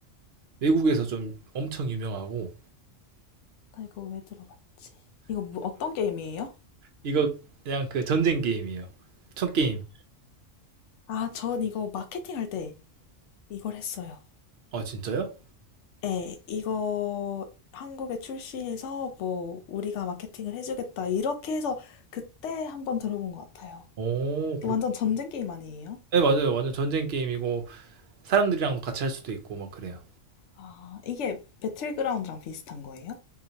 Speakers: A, on the right; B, on the left.
A: 외국에서 좀 엄청 유명하고
B: 나 이거 왜 들어봤지? 이거 뭐, 어떤 게임이에요?
A: 이거 그냥 그 전쟁 게임이에요. 총 게임.
B: 아, 전 이거 마케팅할 때 이걸 했어요.
A: 아 진짜요?
B: 예, 이거 한국에 출시해서 뭐 우리가 마케팅을 해주겠다 이렇게 해서 그때 한번 들어본 것 같아요.
A: 오 그렇
B: 완전 전쟁 게임 아니에요?
A: 네 맞아요. 완전 전쟁 게임이고 사람들이랑도 같이 할 수도 있고 막 그래요.
B: 아, 이게 배틀그라운드랑 비슷한 거예요?